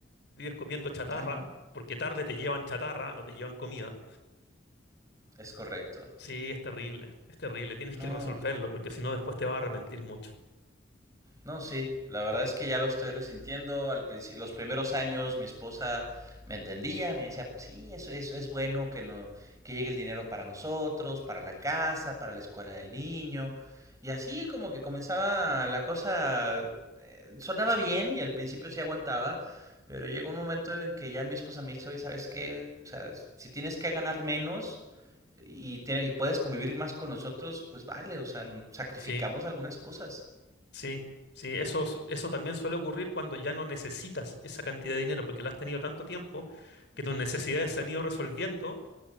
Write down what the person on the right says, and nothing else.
Ay, no,
es correcto.
No,
No, sí, la verdad es que ya lo estoy resintiendo. Al princi- los primeros años mi esposa me entendía, me decía, pues sí, eso es, es bueno que no, que llegue el dinero para nosotros, para la casa, para la escuela del niño. Y así como que comenzaba la cosa, eh, sonaba bien y al principio sí aguantaba, pero llegó un momento en que ya mi esposa me dice, oye, ¿sabes qué? O sea, si tienes que ganar menos y, tiene- y puedes convivir más con nosotros, pues vale, o sea, sacrificamos
algunas cosas.